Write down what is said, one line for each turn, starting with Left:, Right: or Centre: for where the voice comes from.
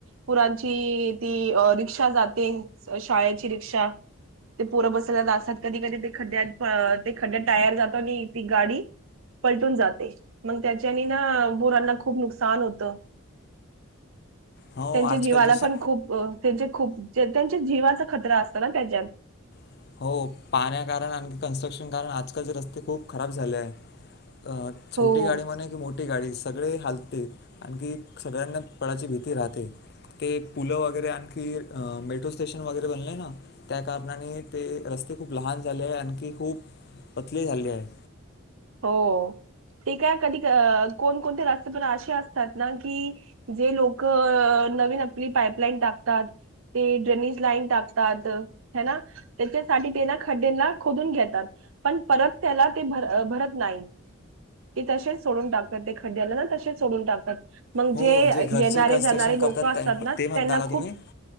Right: पोरांची ती रिक्षा जाते. ते शाळेची रिक्षा ते पोरं बस जात असतात कधी कधी ते खड्ड्यात ते खड्ड्यात टायर जातो आणि ती गाडी पलटून जाते मग त्याच्यानी ना पोरांना खूप नुकसान होत.
Left: हो
Right: त्यांच्या
Left: आजकालचे
Right: जीवाला
Left: शा
Right: पण खूप त्यां खूप. त्यांच्या जीवाचा खतरा असत ना त्याच्यात..
Left: <unintelligible> रस्ते खूप खराब झाले आहे अ छोटी
Right: हो
Left: गाडी म्ह की मोठी मोठी गाडी सगळे हालते आणखी सगळ्यांना पडची भीती राहते ते पुलं वगैरे आणखी मेट्रो स्टेशन वगैरे बनले ना त्या कारणाने ते रस्ते खूप लहान झाले आहे आणखी खूप पतले झाले आहे
Right: हो ते काय कधी कोणकोणते रस्ते पण असे असतात ना की जे लोक नवीन आपली पाईपलाईन टाकतात ते ड्रेनेज लाईन टाकतात हे ना त्याच्यासाठी ते ना खड्ड्यांना खोदून घेतात पण परत त्याला ते भर भरत.. नाही ते तसेच सोडून टाकतात ते खड्ड्याला ना तसेच सोडून टाकतात मग
Left: हो
Right: जे
Left: घरचे
Right: येणारे
Left: कन्स्ट्रक्शन
Right: जाणारे
Left: करतात
Right: लोक असतात
Left: त्या
Right: ना
Left: ते म्हणता
Right: त्यांना
Left: का
Right: खूप
Left: तुम्ही